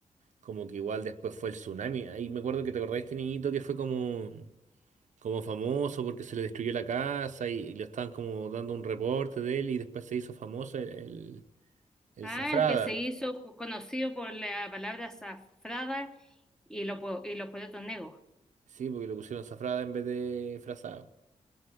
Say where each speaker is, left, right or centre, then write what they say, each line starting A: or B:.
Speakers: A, on the right (about 80°); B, in the centre.
A: como que igual después fue el tsunami. Ahí me acuerdo que te acordás de este niñito que fue como, como famoso porque se le destruyó la casa y, y le estaban como dando un reporte de él y después se hizo famoso el, el, el
B: Ah,
A: Zafrada.
B: el que se hizo co- conocido por la palabra azafrada y lo, po- y los poetas negros.
A: Sí, porque lo pusieron Zafrada en vez de Frazado.